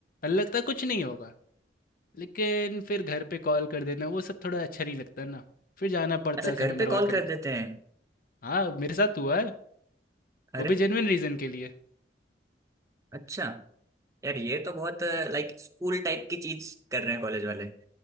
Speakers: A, on the left; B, on the right.
A: लगता है कुछ नहीं होगा। लेकिन फिर घर पे कॉल कर देना वो सब थोड़ा अच्छा नहीं लगता ना फिर जाना पड़ता
B: अच्छा
A: है
B: घर
A: समय बर्बाद
B: पे कॉल
A: करने
B: कर
A: के
B: देते हैं
A: लिए हाँ मेरे साथ हुआ है
B: अरे
A: वो भी जेन्युइन रीज़न के लिए
B: अच्छा यार ये तो बहुत लाइक स्कूल टाइप की चीज कर रहे हैं कॉलेज वाले